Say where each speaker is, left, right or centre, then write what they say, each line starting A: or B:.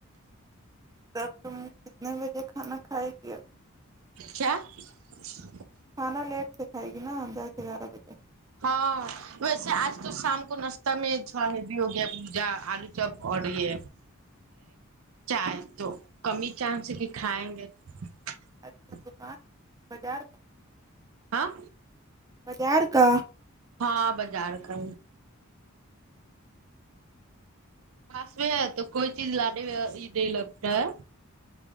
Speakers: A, on the right (about 15°); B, on the right (about 70°).
A: سب تم کتنے بجے کھانا کھائے گ
B: کیا <unintelligible>
A: کھانا لیٹ سے کھائے گی نا دس گیارہ بجے
B: ہاں ویسے آج تو شام کو ناشتہ میں ا ہی بھیی ہو گیا پوجا آلو چپ اور یہ چائے تو کم ہی چانس کی کھائیں گے <unintelligible>
A: اچھا دکان بازار
B: ہاں
A: یار کاا
B: ہاں بازار کا پاس میں ہے تو کوئی چیز لانے میں نہیں لگتا ہے